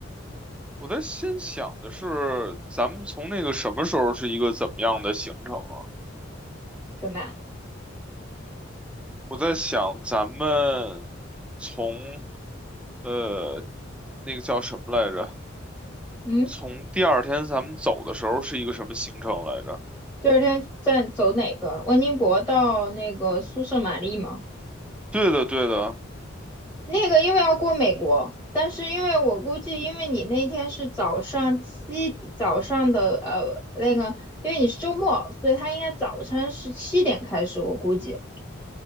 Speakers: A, in the centre; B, on the left.
A: 我在心想的是，咱们从那个什么时候是一个怎么样的行程啊？
B: 什么。
A: 我在想，咱们从呃那个叫什么来着？
B: 嗯，
A: 从第二天咱们走的时候是一个什么行程来着？
B: 第二天再走哪个？温尼伯到那个苏舍玛丽吗？
A: 对的，对的。
B: 那个因为要过美国，但是因为我估计，因为你那天是早上七早上的呃那个，因为你是周末，所以他应该早餐是七点开始，我估计。